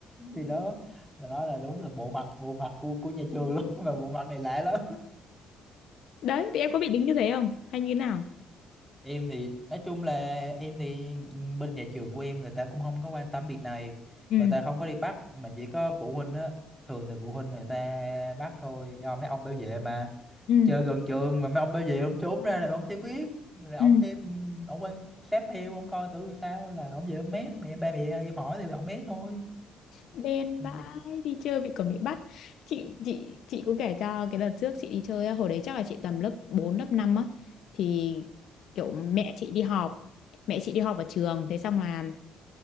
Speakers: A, in the centre; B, on the left.
A: thì đó từ nói là đúng là bộ mặt bộ mặt của của nhà trường luôn <laughs> mà bộ mặt này lạ lắm
B: Đấy, thì em có bị đính như thế không? Hay như thế nào?
A: em thì nói chung là em thì ừ, bên nhà trường của em người ta cũng không có quan tâm việc này
B: ừ
A: người ta không có đi bắt mà chỉ có phụ huynh á thường thì phụ huynh người ta bắt thôi do mấy ông bảo vệ mà
B: ừ
A: chơi gần trường mà mấy ông bảo vệ ông trốn ra là ông sẽ biết là ông
B: ừ
A: sẽ ừ, ông quan sát theo ông coi thử sao là ông về ông mét mẹ ba mẹ em hỏi thì ông mét thôi
B: Đen
A: ừ.
B: vãi, đi chơi bị còn bị bắt. Chị chị chị cũng kể cho cái đợt trước chị đi chơi á, hồi đấy chắc là chị tầm lớp 4 lớp 5 á thì kiểu mẹ chị đi họp, mẹ chị đi họp ở trường thế xong là